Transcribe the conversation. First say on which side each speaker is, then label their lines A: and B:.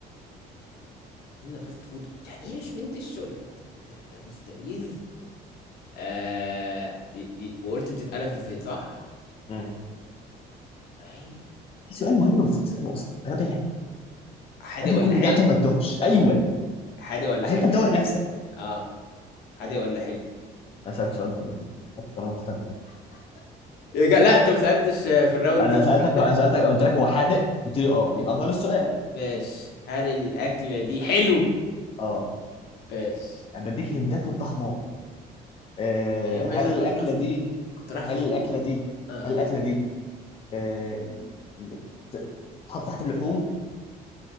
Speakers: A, on the left; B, on the left.
A: قلنا فاست فود يعني ايه مش من دش ولا ده ده مستفيد آه دي- دي- وقلت بتتقلى في الزيت صح؟
B: مم.
A: هي
B: في سؤال مهم المفروض تساله اصلا انا بالك
A: حادق
B: قبل
A: ولا
B: كل
A: حلو؟
B: ده عشان ما تتوهش ايوه
A: حادق ولا
B: عشان
A: حلو؟
B: انت متوه نفسك
A: اه حادق ولا حلو؟
B: انا سالت سؤال ده قبل كده حتى طريقه مختلفه
A: يا جا- لا انت ما سألتش آه، في الراوند
B: انا
A: دي
B: سالتك
A: الراوند اللي-
B: انا سالتك قلت لك هو حادق قلت لي اه يبقى غير السؤال
A: ماشي هل الأكلة دي حلو؟
B: اه
A: ماشي
B: انا بديك هنتات وانت حمار آه
A: ايوه
B: هل
A: ماشي انا كنت
B: الاكله
A: أصلا
B: دي
A: كنت رايح في
B: هل
A: ال...
B: الاكله دي
A: آه
B: هل
A: آه.
B: الاكله دي آه م- ت- تتحط تحت اللحوم